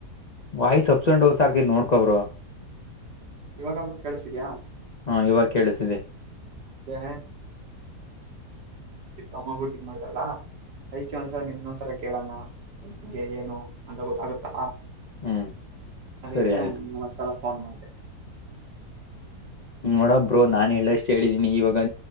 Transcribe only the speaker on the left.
ವಾಯ್ಸ್ ಅಪ್ಸನ್ ಡೋಸ್ ಹಾಕಿದ ನೋಡ್ಕೊಬರು
ಹಾ ಇವಾಗ ಕೇಳಿಸಿದೆ
ಹ್ಞೂ
ಸರಿ ಆಯಿತು
ನೋಡ ಬ್ರೋ ನಾನ್ ಹೇಳಷ್ಟ್ ಹೇಳಿದೀನಿ ಇವಾಗ